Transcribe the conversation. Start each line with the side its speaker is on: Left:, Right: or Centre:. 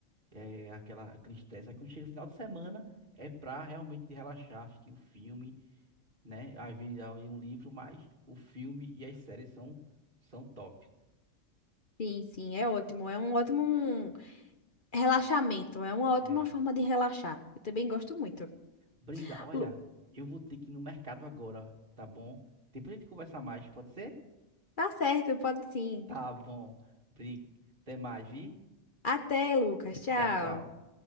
Right: é, aquela aquele estresse. Aí quando chega o final de semana, é pra realmente relaxar, assistir o filme né? Às vezes eu leio um livro, mas o filme e as séries são, são top.
Left: Sim, sim, é ótimo. É um ótimo. um Relaxamento é uma ótima
Right: É.
Left: forma de relaxar. Eu também gosto muito.
Right: Brenda, olha,
Left: Lu-
Right: eu vou ter que ir no mercado agora, tá bom? Depois a gente conversa mais, pode ser?
Left: Tá certo, pode sim.
Right: Tá bom. Bri- Até mais, vi?
Left: Até, Lucas.
Right: Até-
Left: Tchau.
Right: Tchau, tchau.